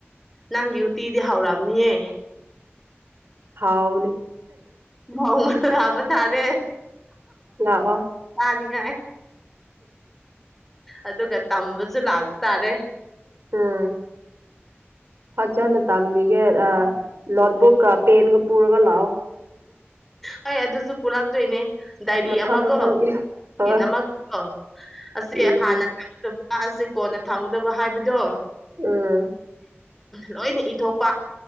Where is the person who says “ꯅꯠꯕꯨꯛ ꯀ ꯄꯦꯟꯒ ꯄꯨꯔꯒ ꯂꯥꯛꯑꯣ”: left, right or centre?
Right